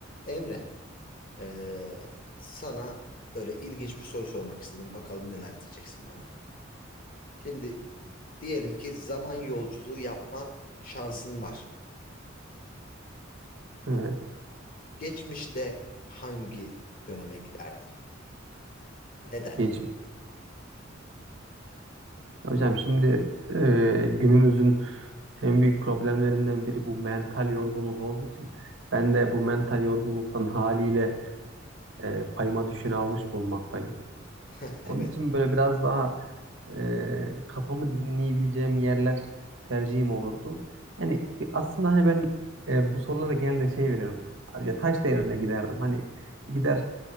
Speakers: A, on the left (about 45°); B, on the right (about 70°).
A: Emre, eee, sana böyle ilginç bir soru sormak istedim. Bakalım neler diyeceksin bana. Şimdi diyelim ki zaman yolculuğu yapma şansın var.
B: Evet.
A: Geçmişte hangi döneme giderdin? Neden?
B: Geçmiş. Hocam şimdi e, günümüzün en büyük problemlerinden biri bu mental yorgunluk olduğu için ben de bu mental yorgunluktan haliyle e, payıma düşeni almış bulunmaktayım.
A: <laughs> Evet.
B: Onun için böyle biraz daha e, kafamı dinleyebileceğim yerler tercihim olurdu. Yani bir- aslında hani ben e, bu sorulara genelde şey veriyorum. Abi ya taş devrine giderdim. Hani gider